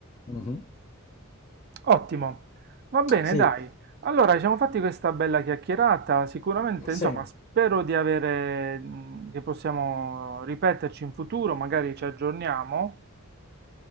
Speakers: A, on the left; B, on the right.
A: Mhm.
B: Ottimo, va bene,
A: Sì.
B: dai. Allora, ci siamo fatti questa bella chiacchierata. Sicuramente, insomma,
A: Sì,
B: spero di avere, mh, che possiamo ripeterci in futuro, magari ci aggiorniamo.